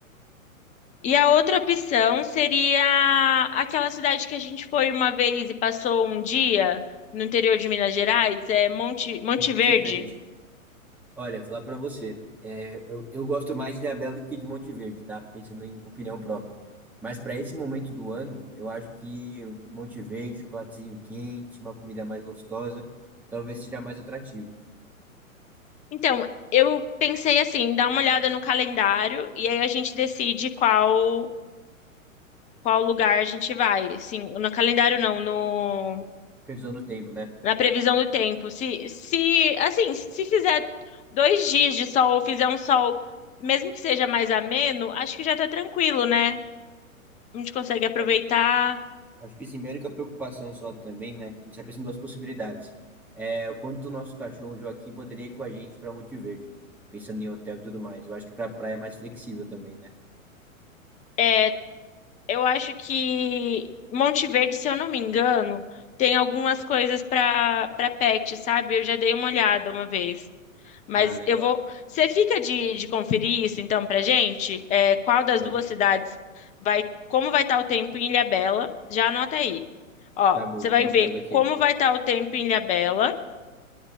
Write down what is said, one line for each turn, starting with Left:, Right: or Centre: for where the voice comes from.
Left: E a outra opção seria aquela cidade que a gente foi uma vez e passou um dia no interior de Minas Gerais, é Monte, Monte
Centre: Monte
Left: Verde.
Centre: Verde. Olha, falar pra você, é, eu, eu gosto mais de Ilhabela do que de Monte Verde, tá? Pensando em opinião própria. Mas para esse momento do ano, eu acho que Monte Verde, chocolatezinho quente, uma comida mais gostosa, talvez seja mais atrativo.
Left: Então, eu pensei assim, dá uma olhada no calendário e aí a gente decide qual qual lugar a gente vai. Assim, no calendário não, no
Centre: Previsão do tempo, né?
Left: na previsão do tempo. Se se assim, se fizer dois dias de sol ou fizer um sol, mesmo que seja mais ameno, acho que já tá tranquilo, né? A gente consegue aproveitar.
Centre: Acho que, acho que sim, minha única preocupação só também, né? Que a gente tá pensando em duas possibilidades. É o quanto o nosso cachorro Joaquim poderia ir com a gente para Monte Verde, pensando em hotel e tudo mais. Eu acho que pra praia é mais flexível também, né?
Left: É, eu acho que Monte Verde, se eu não me engano, tem algumas coisas para para pet, sabe? Eu já dei uma olhada uma vez. Mas
Centre: Ah, legal.
Left: eu vou. Você fica de, de conferir isso, então, pra gente? É, qual das
Centre: Vai-
Left: duas cidades vai. Como vai estar o tempo em Ilhabela? Já anota aí. Ó,
Centre: Tá bom,
Left: você vai
Centre: tô anotando
Left: ver
Centre: aqui.
Left: como vai estar o tempo em Ilhabela